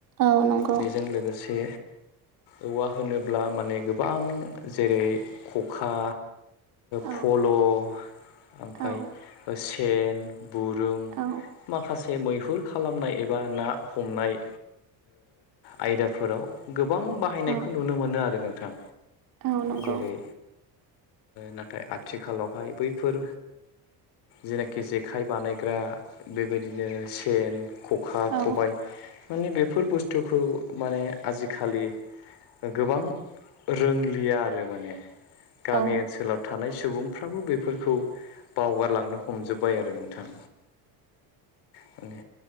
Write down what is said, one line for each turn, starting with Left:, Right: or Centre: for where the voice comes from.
Right: औ नंगौ
Left: बेजों लोगोसे औवा होनोब्ला माने गोबां जेरै खखा,
Right: औ
Left: फल' ओमफाय
Right: औ
Left: सेन बुरुं
Right: औ
Left: माखासे मैहुर खालामनाय एबा ना हमनाय आयदाफोराव गोबां बाहायनायखौ
Right: औ
Left: नुनो मोनो आरो नोंथां।
Right: औ नंगौ
Left: जेरै नाथाय आथिखालावहाय बैफोर जेनाखि जे खाय बानायग्रा बेबायदिनो सेन, खखा,
Right: औ
Left: खबाइ माने बेफोर बुस्थुखौ आजिखालि गोबां रोंलिया आरो माने। गामि
Right: औ
Left: ओनसोलाव थानाय सुबुंफ्राबो बेफोरखौ बावगारलांनो हमजोब बाय आरो नोंथां माने